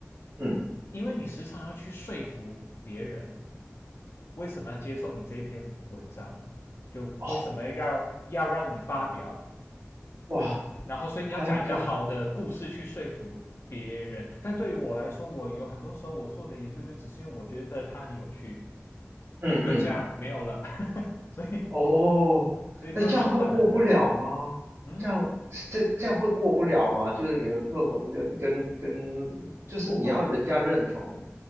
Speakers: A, on the right (about 55°); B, on the left (about 50°).
A: 嗯，
B: 因为你时常要去说服别人为什么要接受你这一篇文章，就为什么要要让你发表，
A: 哦，哇，
B: 对吗？然后，所以你要讲一个好的故事去说服别人。
A: 还要这样，
B: 但对于我来说，我有很多时候我做的研究就只是因为我觉得它很有趣，
A: 嗯嗯。
B: 就这样没有了，<laughs> 所以。
A: 哦，
B: 所以就蛮困难的。
A: 那这样会过不了吗？
B: 嗯，
A: 这样这这样会过不了吗？就是你的论文跟跟跟，就是你要人家认同。
B: 不会